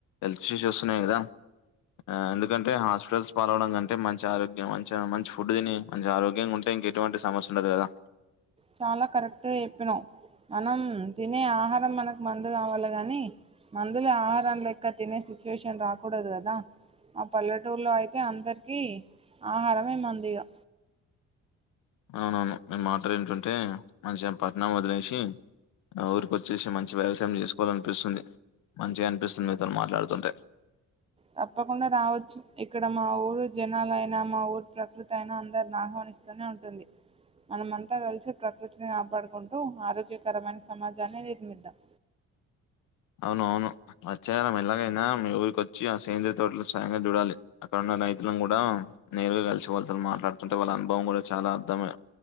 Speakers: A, on the left (about 85°); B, on the right (about 20°).
A: హెల్త్ ఇష్యూస్ వస్తున్నాయి కదా ఆ ఎందుకంటే హాస్పిటల్స్ పాల్వడం కంటే మంచి ఆరోగ్యం మంచి మంచిగా ఫుడ్ తిని మంచి ఆరోగ్యం ఉ ఇంక ఇటువంటి సమస్య ఉండదు కదా
B: చాలా కరెక్ట్ చెప్పినవ్ మనం తినే ఆహారం మనకు మందు కావాలె కని మందులే ఆహారం లెక్క తినే సిచ్యువేషన్ రాకూడదు కదా ఆ పల్లెటూర్లో అయితే అందరికీ ఆహారమే మందిగా
A: అవునవును మీ మాటలు ఇంటుంటే మంచిగా పట్నం వదిలేసి ఊరికొచ్చేసి మంచి వ్యవసాయం చేసుకోవాలనిపిస్తుంది మంచిగా అనిపిస్తుంది మీతోని మాట్లాడుతుంటే
B: తప్పకుండా రావచ్చు ఇక్కడ మా ఊరు జనాలయినా మా ఊరు ప్రకృతి అయినా అందరిని ఆహ్వానిస్తూనే ఉం టుంది మనమంతా కలిసి ప్రకృతిని కాపాడుకుంటూ ఆరోగ్యకరమైన సమాజాన్ని నిర్మిద్దాం
A: అవును అవును వచ్చే వారం ఎలాగైనా మీ ఊరికొచ్చి ఆ సేంద్రియ తోటలు స్వయంగా చూడాలి అక్కడున్న రైతులను కూడా నేరుగా కలిసి వాళ్ళతోని మాట్లాడ్ తుంటే వాళ్ళ అనుభవం కూడా చాలా అర్థమే